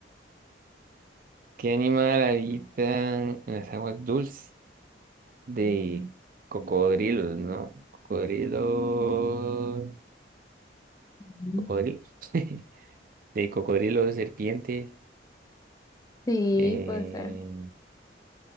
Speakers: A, on the right (about 45°); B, on the left (about 20°).
A: ¿Qué animal habita en las aguas dulces? De cocodrilos, ¿no? Cocodrilos.
B: Ujú.
A: Cocodrilos. <laughs> De cocodrilos, serpientes.
B: Sí,
A: eh,
B: puede ser.